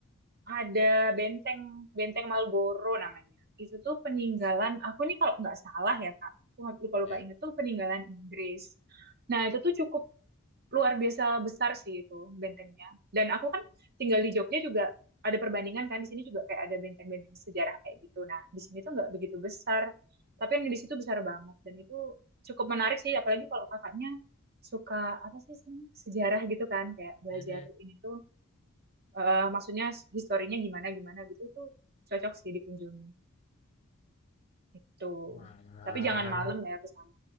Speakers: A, on the right; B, on the left.
A: ada benteng, benteng Marlboro namanya. Itu tuh peninggalan, aku nih kalau nggak salah ya, Kak, aku lupa-lupa
B: Iya.
A: inget tuh peninggalan Inggris. Nah, itu tuh cukup luar biasa besar sih itu bentengnya. Dan aku kan tinggal di Jogja juga ada perbandingan kan di sini juga kayak ada benteng-benteng sejarah kayak gitu. Nah, di sini tuh nggak begitu besar, tapi yang di situ besar banget dan itu cukup menarik sih apalagi kalau kakaknya suka apa sih sih, sejarah gitu kan kayak belajar
B: mhm.
A: ini tuh eh, maksudnya historinya gimana gimana gitu itu cocok sih dikunjungi itu.
B: Wah,
A: Tapi jangan malam ya ke sana